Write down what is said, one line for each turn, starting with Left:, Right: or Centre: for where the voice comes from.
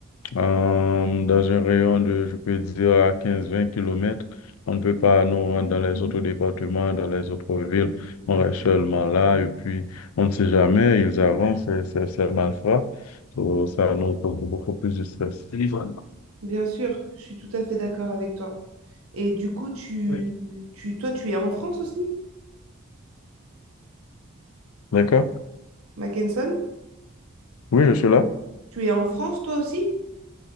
Left: Euh, dans un rayon de, je peux dire, à quinze-vingt kilomètres, on ne peut pas nous rendre dans les autres départements, dans les autres villes. On reste seulement là et puis on ne sait jamais, ils avancent, c'est c'est- c'est malfrats. So, ça nous cause beaucoup plus de stress. Téléphone.
Right: Bien sûr, je suis tout à fait d'accord avec toi. Et du coup, tu,
Left: Oui.
Right: tu, toi, tu es en France aussi,
Left: D'accord?
Right: Mackenson?
Left: Oui, je suis là.
Right: Tu es en France, toi aussi?